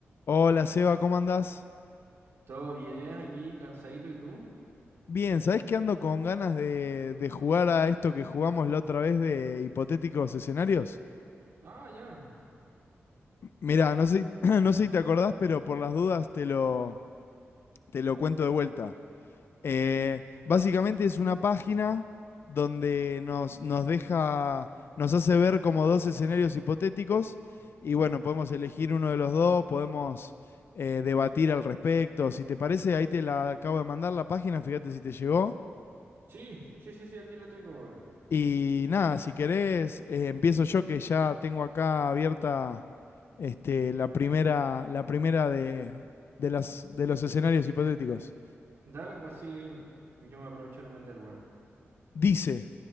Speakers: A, on the left; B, on the right.
A: Hola Seba, ¿cómo andás?
B: Todo bien aquí, cansadito, ¿y tú?
A: Bien, ¿sabés que ando con ganas de, de jugar a esto que jugamos la otra vez de hipotéticos escenarios?
B: Ah, ya.
A: Mirá, no sé, <clears throat> no sé si te acordás, pero por las dudas te lo, te lo cuento de vuelta. Eh, básicamente es una página donde nos, nos deja, nos hace ver como dos escenarios hipotéticos y bueno, podemos elegir uno de los dos, podemos eh, debatir al respecto. Si te parece, ahí te la acabo de mandar la página, fíjate si te llegó.
B: Sí, sí, sí, sí, aquí la tengo, weón.
A: Y nada, si querés, eh, empiezo yo que ya tengo acá abierta este, la primera, la primera de, de las, de los escenarios hipotéticos.
B: Dale, pues sí, yo me aprovecho de meter, weón.
A: Dice,